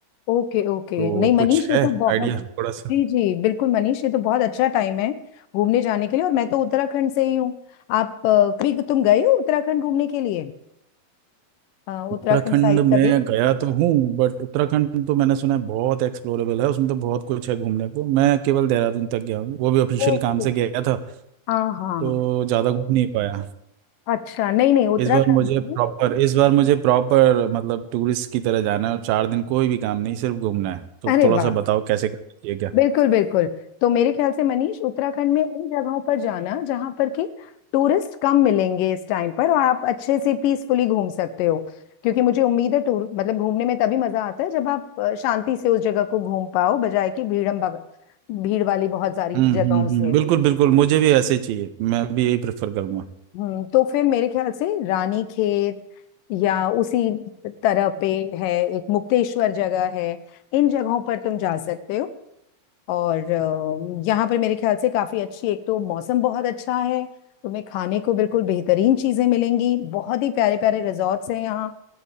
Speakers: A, on the left; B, on the right.
A: ओके ओके
B: तो
A: नहीं मनीष
B: कुछ
A: ये
B: है
A: तो बहुत
B: आइडिया थोड़ा सा
A: जी जी बिल्कुल मनीष ये तो बहुत अच्छा टाइम है घूमने जाने के लिए और मैं तो उत्तराखंड से ही हूँ आप अ, कभी तुम गए हो उत्तराखंड घूमने के लिए अ,
B: उत्तराखंड
A: उत्तराखंड साइड
B: में
A: कभी
B: गया तो हूँ बट उत्तराखंड तो मैंने सुना है बहुत एक्सप्लोरेबल है उसमें तो बहुत कुछ है घूमने को मैं केवल देहरादून तक गया हूँ वो भी ऑफिशियल
A: ओके
B: काम से गया था
A: हाँ हाँ
B: तो ज़्यादा घूम नहीं पाया
A: अच्छा नहीं नहीं उत्तराखंड
B: इस बार मुझे प्रॉपर
A: में-
B: इस बार मुझे प्रॉपर मतलब टूरिस्ट की तरह जाना है और चार दिन कोई भी काम नहीं सिर्फ घूमना है तो
A: अरे
B: थोड़ा
A: वाह
B: सा बताओ कैसे करना चाहिए क्या
A: बिल्कुल बिल्कुल तो मेरे ख्याल से मनीष उत्तराखंड में उन जगहों पर जाना जहां पर कि टूरिस्ट कम मिलेंगे इस टाइम पर और आप अच्छे से पीसफुली घूम सकते हो क्योंकि मुझे उम्मीद है टूर मतलब घूमने में तभी मजा आता है जब आप अ, शांति से उस जगह को घूम पाओ बजाय कि भीड़म भग भीड़ वाली बहुत सारी
B: हम्म
A: जगहों
B: हम्म हम्म
A: से
B: बिल्कुल बिल्कुल मुझे भी ऐसे ही चाहिए मैं भी यही प्रेफर करूंगा
A: हम्म तो फिर मेरे ख्याल से रानी खेत या उसी तरह पे है एक मुक्तेश्वर जगह है इन जगहों पर तुम जा सकते हो और अ, यहाँ पर मेरे ख्याल से काफी अच्छी एक तो मौसम बहुत अच्छा है तुम्हें खाने को बिल्कुल बेहतरीन चीजें मिलेंगी बहुत ही प्यारे प्यारे रिजॉर्ट्स हैं यहाँ